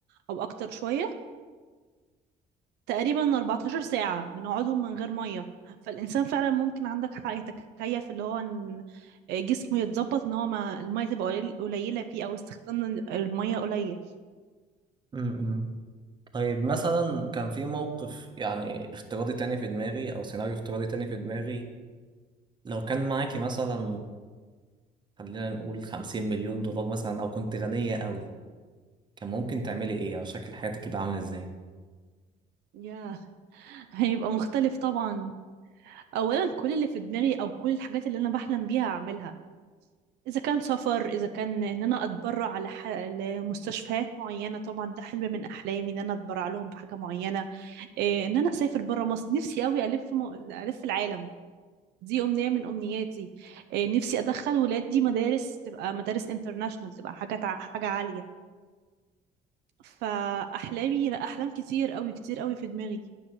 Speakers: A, on the right (about 80°); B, on the right (about 25°).
A: أو أكتر شوية تقريبا 14 ساعة بنقعدهم من غير مية فالإنسان فعلا ممكن عندك حق يتكيف اللي هو إن جسمه يتظبط إن هو ما المية تبقى قليل- قليلة فيه أو استخدام المية قليل
B: امم طيب مثلا كان في موقف يعني افتراضي تاني في دماغي أو سيناريو افتراضي تاني في دماغي لو كان معاكي مثلا خلينا نقول 50 مليون دولار مثلا او كنت غنية قوي كان ممكن تعملي ايه او شكل حياتك يبقى عامل ازاي
A: ياه هيبقى مختلف طبعا أولا كل اللي في دماغي أو كل الحاجات اللي أنا بحلم بيها أعملها إذا كان سفر إذا كان إن أنا أتبرع على ح... لمستشفيات معينة طبعا ده حلم من أحلامي إن أنا أتبرع لهم بحاجة معينة إيه، إن أنا أسافر برا مصر نفسي أوي ألف م... ألف العالم دي أمنية من أمنياتي آه، نفسي أدخل ولادي مدارس تبقى مدارس انترناشونال تبقى حاجة تع- حاجة عالية فأحلامي لا أحلام كتير أوي كتير أوي في دماغي